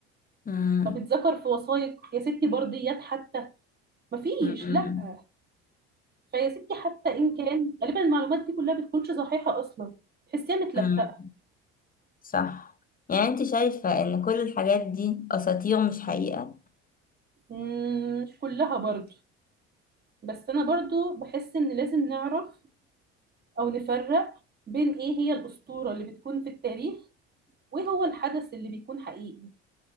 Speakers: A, on the left (about 25°); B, on the right (about 30°).
A: مم.
B: طب اتذكر في وثائق يا ستي برديات حتى مفيش
A: مم.
B: لا فيا ستي حتى ان كان غالبا المعلومات دي كلها بتكونش صحيحه اصلا تحسيها متلفقه
A: لا. صح يعني انت شايفة ان كل الحاجات دي اساطير مش حقيقة
B: مم، مش كلها برضو بس انا برضو بحس ان لازم نعرف او نفرق بين ايه هي الاسطوره اللي بتكون في التاريخ وايه هو الحدث اللي بيكون حقيقي